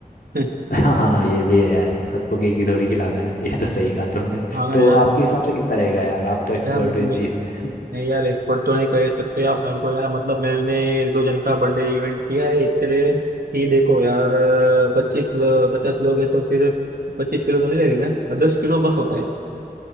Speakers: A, on the right; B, on the left.
A: <laughs>
B: <laughs> हाँ ये भी है यार सबको केक ही थोड़ी खिलाना है ये तो सही कहा तुमने
A: हाँ ना
B: तो
A: यार
B: आपके हिसाब से कितना रहेगा यार आप तो एक्सपर्ट
A: यार मैं-
B: हो इस चीज़ में <laughs>
A: नहीं यार एक्सपर्ट तो नहीं कर सकते आप मेरे को यार मतलब मैंने एक दो जन का बर्थडे इवेंट किया है इसलिए ये देखो यार पच्चीस पचास लोग हैं तो फिर पच्चीस किलो तो नहीं लगेगा दस किलो बस होता है